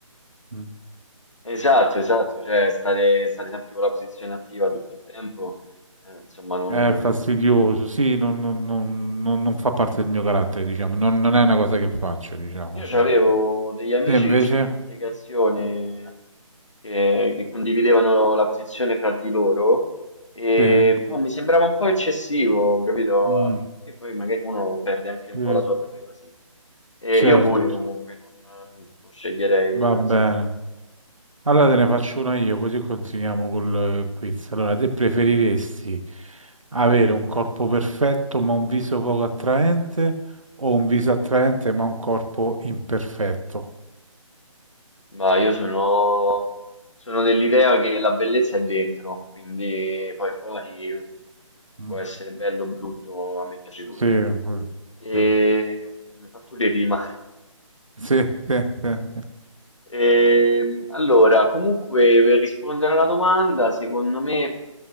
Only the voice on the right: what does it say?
Mm.
È fastidioso, sì, non, non- non- non- non fa parte del mio carattere, diciamo, non, non è una cosa che faccio, diciamo,
sì.
Te invece?
Sì.
Mm,
sì,
certo,
va
bene.
Allora te ne faccio una io, così continuiamo col eh, quiz. Allora, te preferiresti avere un corpo perfetto ma un viso poco attraente o un viso attraente ma un corpo imperfetto?
Mm.
Sì, eh,
sì,
sì, sì, sì,